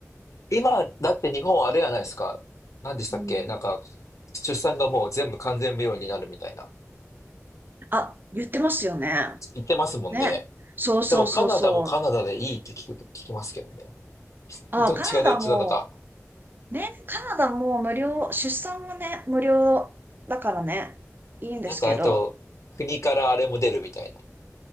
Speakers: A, on the left (about 70°); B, on the right (about 40°).
A: 今、だって日本あれやないですか。何でしたっけなんか、
B: うん。
A: 出産がもう全部完全無料になるみたいな。
B: あ、言ってますよね。
A: 言ってますもんね。
B: ね。そうそうそうそう。
A: でもカナダもカナダでいいって聞くと聞きますけどね。
B: あ、
A: どっちがどっちなのか。
B: カナダも、ね、カナダも無料、出産はね、無料だからね、いいんですけど。
A: なんかあと、国からあれも出るみたいな。